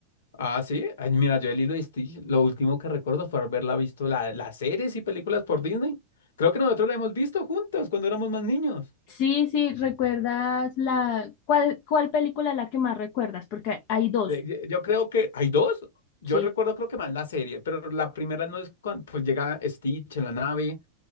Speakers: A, on the left; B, on the left.
A: Ah, sí. Ay, mira, yo el hilo de Stitch, lo último que recuerdo fue haberla visto la, las series y películas por Disney. Creo que nosotros la hemos visto juntos cuando éramos más niños.
B: Sí, sí, ¿recuerdas la cuál cuál película es la que más recuerdas? Porque hay dos,
A: Le- Yo creo que hay dos. Yo
B: sí.
A: recuerdo creo que más la serie, pero la primera no es cuando pues, llega Stitch en la nave.